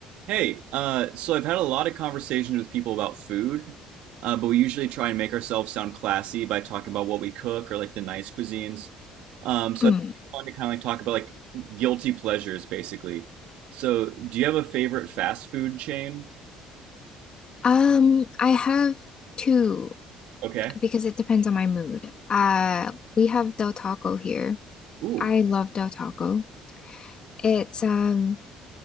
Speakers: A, on the right (about 70°); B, on the left (about 45°).
A: Hey, uh, so I've had a lot of conversations with people about food, uh, but we usually try and make ourselves sound classy by talking about what we cook or like the nice cuisines. Um, so
B: Mm.
A: I think it's fun to kind of like talk about like guilty pleasures, basically. So, do you have a favorite fast food chain?
B: Um, I have two
A: Okay.
B: because it depends on my mood. Uh, we have Del Taco here.
A: Ooh,
B: I love Del Taco. It's um,